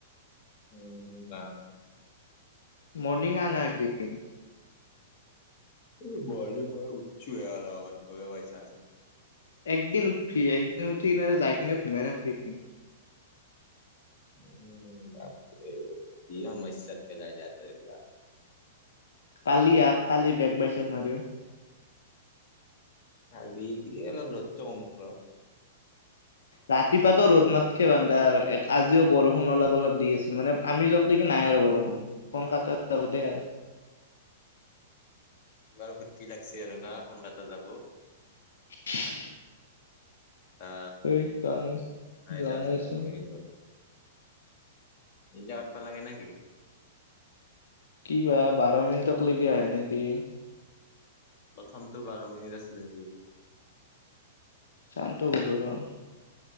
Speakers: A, on the left; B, on the left.
A: উম জাম।
B: মৰ্নিং অহ না একদিন।
A: অহ, মৰ্নিং মই উঠিছোঁ হে আধাঘণ্টা <unintelligible>
B: একদিন উঠিবি। একদিন উঠি কিনে যাই কিনে ঘুমাই থাকিবি।
A: উম, বাপৰে কি সমইচত পেলাই দিয়া তই এতিয়া।
B: কালি আহ। কালি বেগ বাই চাক মাৰিম।
A: কালি। কি দি অলপ ৰ'দটো কমক ৰ
B: ৰাতিপুৱা টো ৰ'দ নাথাকে বান্দা। এক আজিও বৰষুণ অলপ অলপ দি আছিল। মানে আমি যক কিলে কি নাই আৰু বৰষুণ। কন কাতত যাব দে আৰু।
A: বৰ ফূৰ্তি লাগছে আৰু না কোনোবা এটা যাব।
B: <inaudible>
A: আ
B: ধেইত যোৱা নাই
A: আ
B: যোৱা নাইচোন
A: <unintelligible> <unintelligible> লাগে নেকি?
B: কিবা বাৰ মিনিটক লেকি আহে নেকি।
A: প্ৰথমটো বাৰ মিনিট আছিল নেকি?
B: চান্তক সোধো ৰহ।